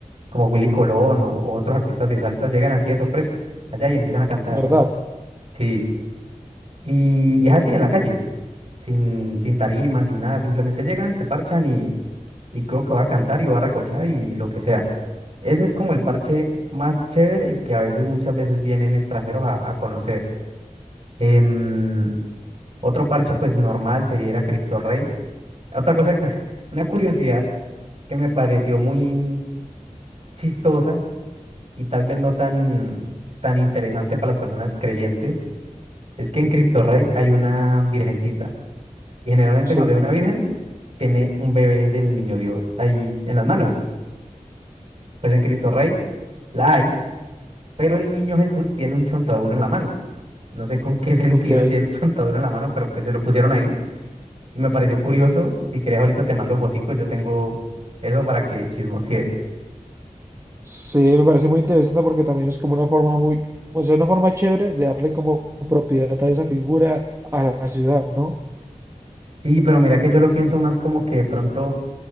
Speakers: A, on the right; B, on the right.
A: como Willy Colón o, o otros artistas de salsa, llegan así de sorpresa, allá y empiezan a cantar.
B: de verdad.
A: Sí, y, y es así en la calle, sin, sin tarima, sin nada, simplemente llegan, se parchan y, y creo que va a cantar y va a recochar y lo que sea. Ese es como el parche más chévere y que a veces, muchas veces vienen extranjeros a, a conocer. Em, otro parche, pues normal, sería ir a Cristo Rey. Otra cosa, <laughs> una curiosidad que me pareció muy chistosa y tal vez no tan, tan interesante para las personas creyentes, es que en Cristo Rey hay una virgencita. Y generalmente
B: Sí,
A: cuando hay una virgen, tiene un bebé del niño Dios ahí en las manos. Pues en Cristo Rey la hay, pero el niño Jesús tiene un chontaduro en la mano. No sé con qué <laughs> sentido
B: ok.
A: tiene un chontaduro en la mano, pero pues se lo pusieron ahí. Y me pareció curioso. Si querés, ahorita te mando fotico. Yo tengo eso para que chismosies.
B: Sí, me parece muy interesante porque también es como una forma muy, o sea, una forma chévere de darle como propiedad a esa figura a la ciudad, ¿no?
A: Sí, pero mira que yo lo pienso más como que de pronto.